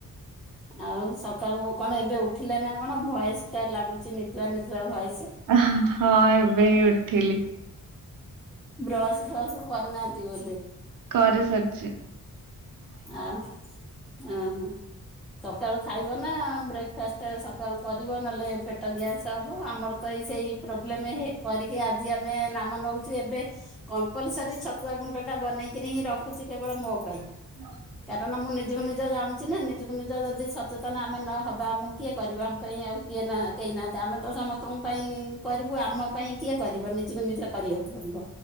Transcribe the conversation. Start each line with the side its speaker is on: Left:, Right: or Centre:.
Centre: <inaudible> ଆଉ ସକାଳୁ କଣ ଏବେ ଉଠିଲେ ନା କଣ ଭଏସ ଟା ଲାଗୁଛି ନିଦୁଆ ନିଦୁଆ ଭଏସ।
Right: ହ ହଁ ଏବେ ହିଁ ଉଠିଲି।
Centre: ବ୍ରଶ ଫ୍ରଶ କରନାହାନ୍ତି ବଧେ।
Right: କରି ସାରଛି।
Centre: ଆଉ <unintelligible> ସକାଳୁ ଖାଇବ ନା ବ୍ରେକ୍ ଫାଷ୍ଟ ସକାଳୁ କରିବ ନହେଲେ ପେଟ ଗ୍ୟାସ୍। ତ ହବ ଆମର ତ ଏଇ ସେଇ ପ୍ରୋବ୍ଲେମ କରିକି ଆଜି ଆମେ <unintelligible> ବନଉଛି ଏବେ କମ୍ପଲସରୀ ଛତୁଆ ଗୁଣ୍ଡ ଟା ବନେଇକିରି ହିଁ ରଖୁଛି କେବଳ ମୋ ପାଇଁ।
Right: <inaudible>
Centre: କାରଣ ମୁଁ ନିଜକୁ ନିଜ ଜାୁଛି ନା ନିଜକୁ ନିଜ ଯଦି ସଚେତନ ଆମେ ନହବା ଆମକୁ କିଏ କରିବ ଆମ ପାଇଁ ଆଉ। କିଏ ନା କେହି ନାହାନ୍ତି। ଆମେ ତ ସମସ୍ତଙ୍କ ପାଇଁ କରିବୁ ଆମ ପାଇଁ କିଏ କରିବ ନିଜକୁ ନିଜେ କରିବାକୁ ପଡିବ।